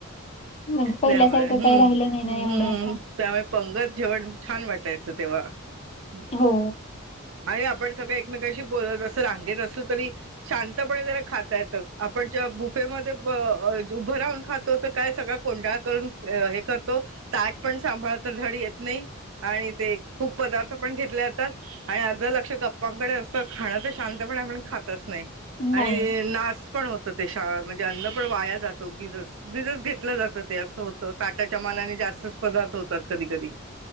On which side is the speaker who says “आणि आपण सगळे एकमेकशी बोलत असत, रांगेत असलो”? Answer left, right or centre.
Right